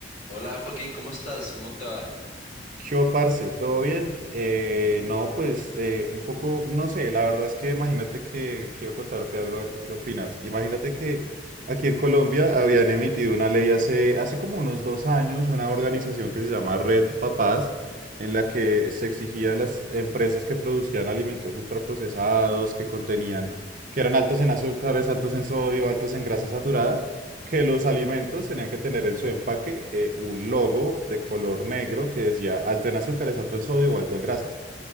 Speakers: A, on the left; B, on the right.
A: Hola Joaquín, ¿cómo estás? ¿Cómo te va?
B: ¿Qué hubo, parce? ¿Todo bien? Eh, no, pues eh, un poco, no sé, la verdad es que imagínate que quiero contarte algo, a ver tú qué opinas. Imagínate que aquí en Colombia habían emitido una ley hace, hace como unos dos años, una organización que se llama Red Papás, en la que se exigía a las empresas que producían alimentos ultraprocesados, que contenían, que eran altos en azúcares, altos en sodio, altos en grasas saturadas que los alimentos tenían que tener en su empaque eh, un logo de color negro que decía alto en azúcares, alto en sodio o alto en grasas.